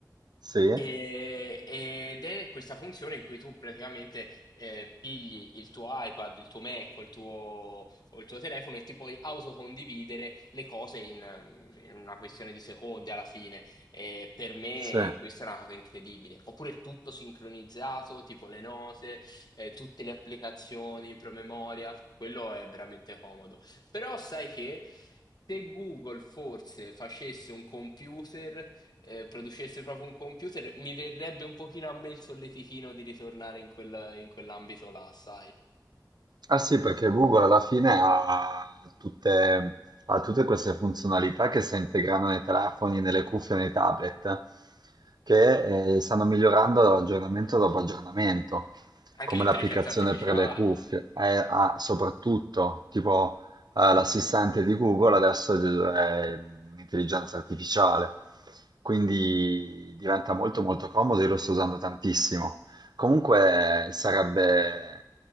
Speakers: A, on the right; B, on the left.
A: Sì,
B: E- ed è questa funzione in cui tu praticamente eh, pigli il tuo iPad, il tuo Mac, o il tuo o il tuo telefono e ti puoi autocondividere le cose in, in una questione di secondi alla fine. E per me
A: sì.
B: questa è una cosa incredibile. Oppure tutto sincronizzato, tipo le note, eh, tutte le applicazioni in promemoria, quello è veramente comodo. Però sai che se Google forse facesse un computer, eh, producesse proprio un computer, mi verrebbe un pochino a me il solletichino di ritornare in quel- in quell'ambito là, sai?
A: Ah sì, perché Google alla fine ha tutte, ha tutte queste funzionalità che si integrano nei telefoni, nelle cuffie, nei tablet, che eh, stanno migliorando aggiornamento dopo aggiornamento,
B: Anche
A: come
B: l'intelligenza
A: l'applicazione
B: artificiale.
A: per le cuffie, eh, ah, soprattutto tipo eh, l'assistente di Google adesso è un'intelligenza artificiale, quindi diventa molto molto comodo, io lo sto usando tantissimo. Comunque sarebbe